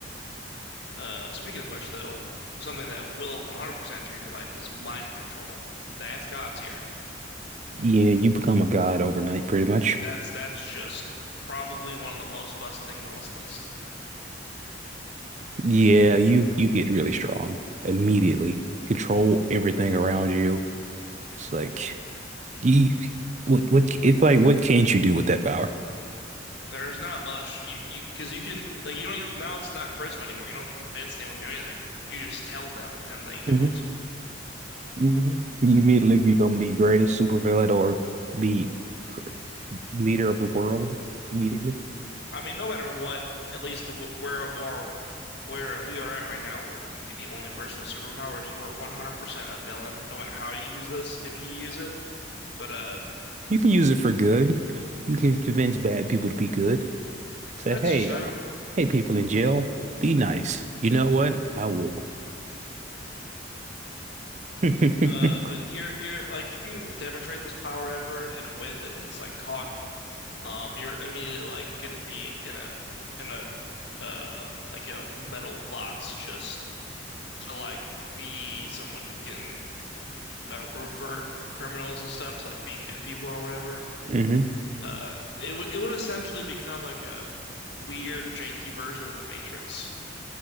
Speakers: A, on the left; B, on the right.
A: Uh, speaking of which, though, something that will 100% change your life is mind control. That's God tier.
B: Yeah, you become a god overnight, pretty much.
A: That's that's just probably one of the most busted things on this list.
B: Yeah, you you get really strong immediately. Control everything around you. It's like you what what it's like what can't you do with that power?
A: There's not much you you because you can like you don't have, now it's not charisma anymore. You don't have to convince anyone to do anything. You just tell them and they do
B: hmm
A: it.
B: hmm You immediately become the greatest supervillain or the cr- leader of the world immediately.
A: I mean, no matter what, at least the, where are where we are at right now, where we'd be the only person with superpowers, you are 100% a villain, no matter how you use this, if you use it. But uh,
B: You can use it for good. You can convince bad people to be good. Say,
A: that's
B: hey,
A: true.
B: uh, hey, people in jail, be nice. You know what? I will. <laughs> hmm
A: Uh, but you're you're like if you demonstrate this power ever in a way that is like caught, um, you're immediately like gonna be in a in a uh like a metal box just to like be someone who can uh revert criminals and stuff to like being good people or whatever.
B: hmm
A: Uh, it would it would essentially become like a weird, janky version of the Matrix.